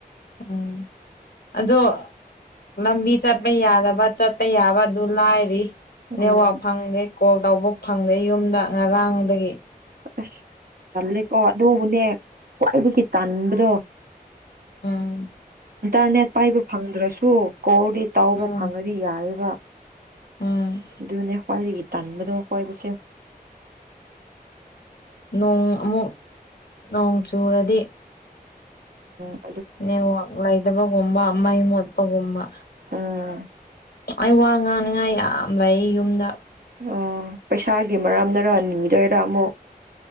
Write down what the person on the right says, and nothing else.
ꯎꯝ
ꯑꯁ ꯇꯜꯂꯦꯀꯣ ꯑꯗꯨꯕꯨꯅꯦ ꯈ꯭ꯋꯥꯏꯗꯒꯤ ꯇꯟꯥꯟꯕꯗꯣ
ꯏꯟꯇꯔꯅꯦꯠ ꯄꯥꯏꯕ ꯐꯪꯗ꯭ꯔꯁꯨ ꯀꯣꯜꯗꯤ ꯇꯥꯎꯕ
ꯐꯪꯉꯗꯤ ꯌꯥꯏꯑꯕ
ꯑꯗꯨꯅꯦ ꯈ꯭ꯋꯥꯏꯗꯒꯤ ꯇꯟꯥꯟꯕꯗꯣ ꯈ꯭ꯋꯥꯣꯏꯕꯁꯦ
ꯑꯣ
ꯑꯥ
ꯑꯣ ꯄꯩꯁꯥꯒꯤ ꯃꯔꯝꯅꯔꯥꯅꯤꯡꯗꯣꯏꯔꯥ ꯑꯃꯨꯛ